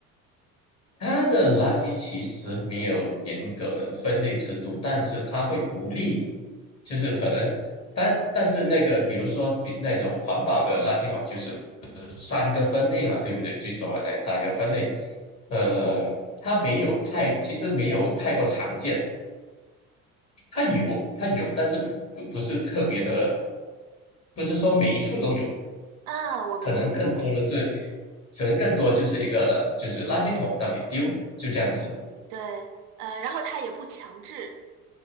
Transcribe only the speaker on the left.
它的垃圾其实没有严格的分类制度，但是它会鼓励，就是可能，但但是那个，比如说比那种环保的垃圾桶，就是三个分类嘛，对不对？最重要的那三个分类，呃，它没有太，其实没有太过常见，它有，
它有，但是不不不是特别的，不是说每一处都有，
可能更多的是，可能更多就是一个了，就是垃圾桶让你丢，就这样子。